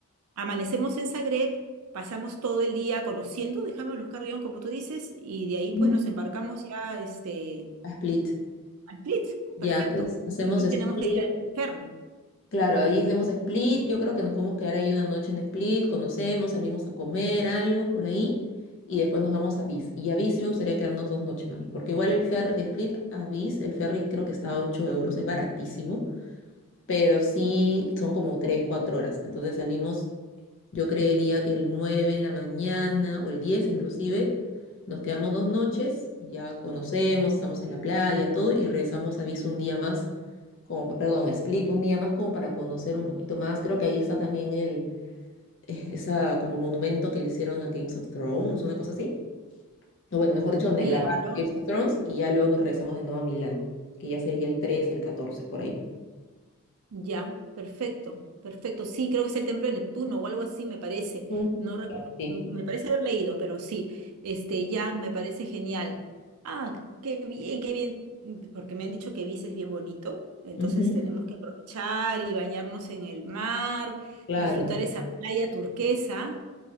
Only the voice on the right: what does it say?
Amanecemos en Zagreb, pasamos todo el día conociendo, dejamos los carry como tú dices, y de ahí
pues nos embarcamos ya este,
a Split.
Perfecto.
Ahí
tenemos que ir al ferry.
Claro,
Ya, perfecto, perfecto. Sí, creo que es el templo de Neptuno o algo así, me parece.
No recuerdo,
m- me parece haber leído, pero sí, este, ya me parece genial. Ah, qué bien, qué bien, mm, porque me han dicho que Ibiza es bien bonito, entonces
tenemos que aprovechar y bañarnos en el mar,
disfrutar esa playa turquesa.